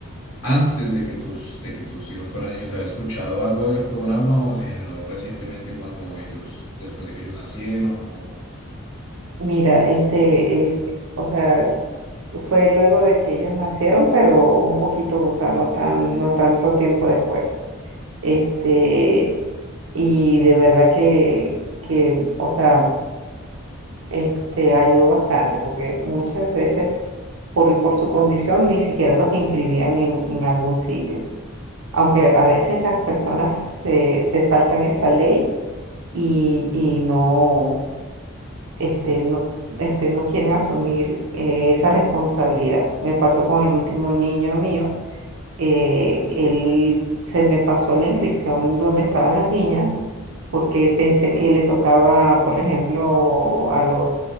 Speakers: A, on the left; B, on the right.
A: antes de que tus, de que tus hijos fueran niños, ¿habías escuchado algo de ese programa o se generó recientemente cuando ellos, después de que ellos nacieron o...
B: Mira, este, eh, o sea, fue luego de que ellos nacieron, pero un poquito, o sea, no tan, no tanto tiempo después. Este, y de verdad que, que, o sea, este, ayudó bastante, porque muchas veces por, por su condición ni siquiera los inscribían en, en algún sitio. aunque a veces las personas se, se saltan esa ley y, y no, este, no, este, no quieren asumir eh, esa responsabilidad. Me pasó con el último niño mío, eh, él se me pasó la inscripción donde estaban las niñas porque pensé que le tocaba, por ejemplo, a los